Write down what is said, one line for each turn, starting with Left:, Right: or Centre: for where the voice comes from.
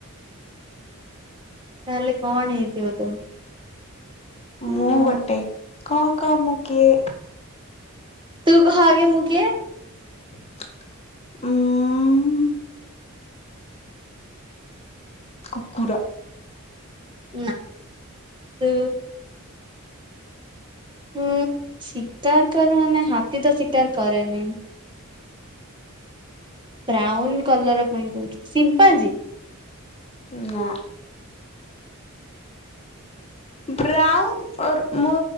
Right: ତାହେଲେ କଣ ହେଇଥିବ ତୁ। ଉଁ
Left: ମୁଁ ଗୋଟେ କ କ ମୁ କିଏ?
Right: ତୁ କହ ଆଗେ ମୁ କିଏ?
Left: ଉଁ। କୁକୁର।
Right: ନା ତୁ। ହୁଁ ଶିକାର କରେ ମାନେ ହାତୀ ତ ଶିକାର କରେନି। ବ୍ରାଉନ କଲର ପୁଣି କହୁଚୁ ସିମ୍ପାଜି।
Left: ନା ବ୍ରାଉନ୍ ଓର ମୁ